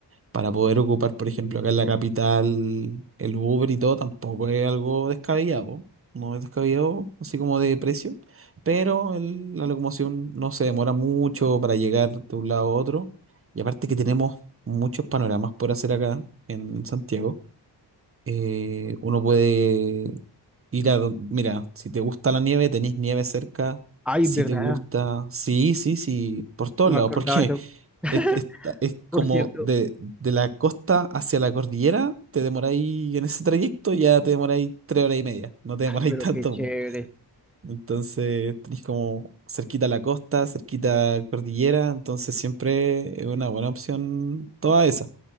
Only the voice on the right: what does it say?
para poder ocupar, por ejemplo, acá en la capital, el Uber y todo, tampoco es algo descabellado. No es descabellado, así como de precio, pero el- la locomoción no se demora mucho para llegar de un lado a otro. Y aparte que tenemos muchos panoramas por hacer acá en Santiago. Eh, uno puede ir a don- Mira, si te gusta la nieve, tenés nieve cerca.
Si
te gusta... Sí, sí, sí, por todos
lados,
porque
es, esta- es
como
de, de la costa hacia la cordillera, te demoráis en ese trayecto, ya te demoráis tres horas y media, no te demoráis
<laughs> tanto.
po. Entonces tenéis como cerquita la costa, cerquita cordillera, entonces siempre es una buena opción toda esa.